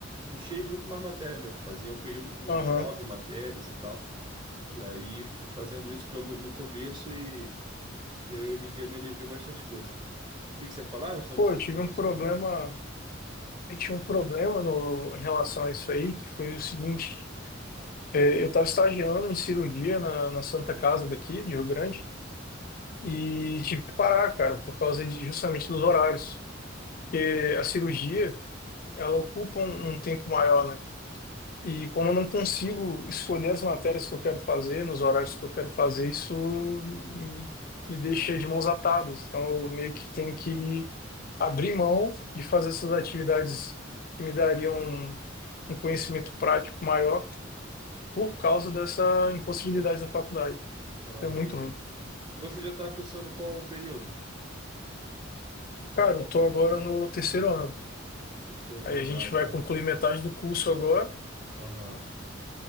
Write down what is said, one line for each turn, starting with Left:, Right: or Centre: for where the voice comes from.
Right: puxei muito mais matéria, né? Eu fazia um período com
Left: Aham.
Right: nove matérias e tal. E aí fui fazendo isso pelo, no começo e, e aí hoje em dia me aliviou bastante coisa. O que que você ia falar? A questão
Left: Pô,
Right: do seu,
Left: eu tive
Right: questão
Left: um problema.
Right: do seu problema?
Left: Eu tinha um problema no, em relação a isso aí, que foi o seguinte. É, eu estava estagiando em cirurgia na, na Santa Casa daqui, de Rio Grande. E tive que parar, cara, por causa de, justamente dos horários. Porque a cirurgia, ela ocupa um, um tempo maior, né? E como eu não consigo escolher as matérias que eu quero fazer, nos horários que eu quero fazer, isso me, me deixa de mãos atadas. Então, eu meio que tenho que abrir mão de fazer essas atividades que me dariam um, um conhecimento prático maior por causa dessa impossibilidade da faculdade.
Right: Ah,
Left: Isso é
Right: entendi.
Left: muito ruim.
Right: Você já está cursando qual período?
Left: Cara, eu tô agora no terceiro ano.
Right: Terceiro
Left: Aí
Right: ano,
Left: a gente
Right: ah, então.
Left: vai concluir metade do curso agora.
Right: Aham.